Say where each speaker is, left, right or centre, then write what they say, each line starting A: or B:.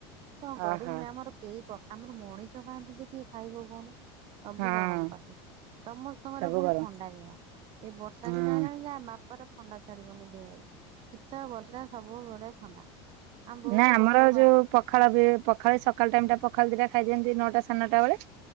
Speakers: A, on the right; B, on the right.
A: କଣ
B: ଓହୋ
A: କରିମି ଆମର କେଇ ପଖା, ଆମର ମଣିଷ ଖାଆନ୍ତି ଯେ କିଏ ଖାଇବ କହୁନ? ସବୁ
B: ହଁ
A: ଗରମ ପାର୍ଟି। ସମସ୍ତଙ୍କର
B: ସବୁ
A: ଫୁଣି
B: କର
A: ଥଣ୍ଡା ଦେହ। ଏ ବର୍ଷା
B: ହୁଁ।
A: ଦିନ ହେଲାଣି ଯାହା ବାପାର ଥଣ୍ଡା ଛାଡ଼ି ବନି ଦେହରୁ। ଶୀତ, ବର୍ଷା ସବୁ ସବୁ ବେଳେ ଥଣ୍ଡା। ଆମ ବୋଉ
B: ନା
A: ତ
B: ଆମର
A: ବର୍ଷ ବା
B: ଯୋଉ ପଖାଳ ବି ପଖାଳ ସକାଳ ଟାଇମ ଟା ପଖାଳ ଦିଇଟା ଖାଇ ଦିଅନ୍ତି ନଅଟା ସାଢ଼େ ନଅ ଟା ବେଳେ।